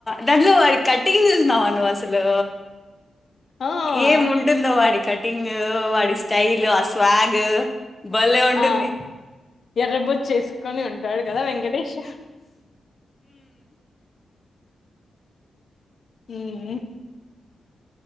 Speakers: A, on the left (about 20°); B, on the left (about 55°).
A: దాంట్లో కటింగ్ చూసినవ వాసి అసలు
B: ఆ
A: ఏం ఉంటుందో వాడి కట్ ఎడిటింగ్ వాడిస్ స్టైల్ ఆ స్వాగ్ బలే ఉంటుంది
B: ఆ ఎర్రబొచ్చేసుకొని ఉంటాడు కదా వెంకటేష్ మ్